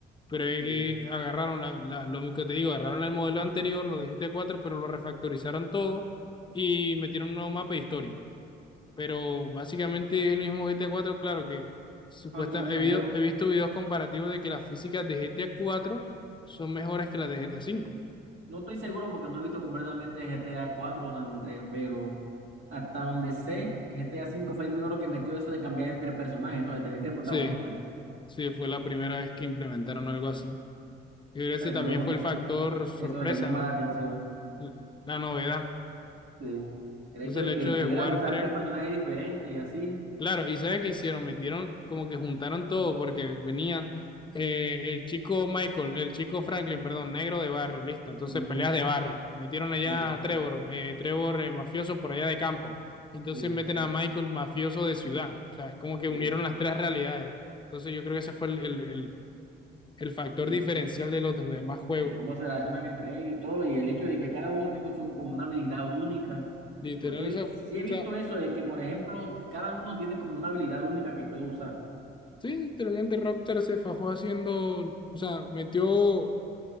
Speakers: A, on the left (about 25°); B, on the right (about 80°).
A: Pero eh,
B: Sí.
A: agarraron la, la- lo que te digo, agarraron el modelo anterior, lo de GTA cuatro pero lo refactorizaron todo y metieron un nuevo mapa de historia. Pero básicamente es el mismo GTA cuatro claro que supuesta,
B: Aunque mira,
A: he, vio-
B: yo
A: he visto videos comparativos de que las físicas de GTA cuatro son mejores que las de GTA 5.
B: no estoy seguro porque no he visto completamente GTA cuatro o San Andreas, pero hasta donde sé, GTA cinco fue el primero que metió eso de cambiar entre personajes, ¿no? De tener este protagonista.
A: Sí, Sí, fue la primera vez que implementaron algo así. Y ese
B: O sea, y
A: también
B: supongo
A: fue
B: que
A: el
B: eso,
A: factor sorpresa,
B: eso llamó
A: ¿no?
B: más la atención.
A: L- La novedad.
B: Sí. El
A: Entonces
B: hecho
A: el
B: de
A: hecho
B: que pudieras
A: de jugar
B: usar
A: tres.
B: tres personajes diferentes y así.
A: Claro, ¿y sabes qué hicieron? Metieron, como que juntaron todo, porque venían eh, el chico Michael, el chico Franklin, perdón, negro de barrio, listo. Entonces
B: Ujú.
A: peleas de barrio. Metieron allá
B: Sí,
A: a Trevor, eh, Trevor eh, mafioso por allá de campo. Entonces
B: sí,
A: meten a Michael mafioso de ciudad. O sea, es como que
B: sí.
A: unieron las tres realidades. Entonces yo creo que ese fue el, el, el el factor
B: Y-
A: diferencial de los demás juegos
B: y cómo se relacionan entre ellos y todo, y el hecho de que cada uno tenga su, como una habilidad única.
A: Literal,
B: Porque he
A: esa,
B: vi- sí
A: o
B: he visto
A: sea,
B: eso de que, por ejemplo, cada uno tiene como una habilidad única que puede usar.
A: sí, literalmente Rockstar se fajó haciendo, o sea, metió,